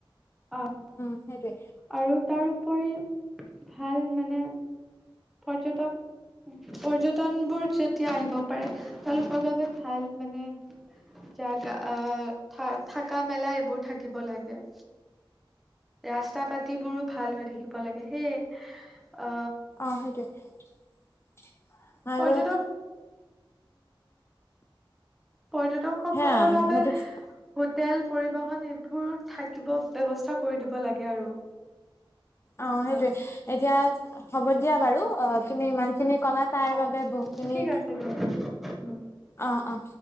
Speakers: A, in the centre; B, on the left (about 30°).
A: আহ।
B: উম, সেইটোৱে।
A: আৰু তাৰ উপৰি ভাল মানে পৰ্যটক, পৰ্যটন বোৰ যে তিয়া আহিব পাৰে, তেওঁলোকৰ বাবে ভাল মানে জাগা আহ থা-থকা মেলা এইবোৰ থাকিব লাগে। ৰাস্তা পাতিবোৰো ভাল হৈ থাকিব লাগে সেই অ
B: অ', সেইটোৱে আৰু
A: পৰ্যটক পৰ্যটক সকলৰ
B: সেয়া
A: বাবে হোটেল পৰিবহন এইবোৰ থাকিব ব্যৱস্থা কৰি দিব লাগে আৰু
B: অ',
A: হা
B: সেইটয়ে এতিয়া হ'ব দিয়া বাৰু অ', তুমি ইমানখিনি কলা, তাৰ
A: অ
B: বাবে বহুখিনি
A: ঠিক আছে দিয়া
B: অ', অ'।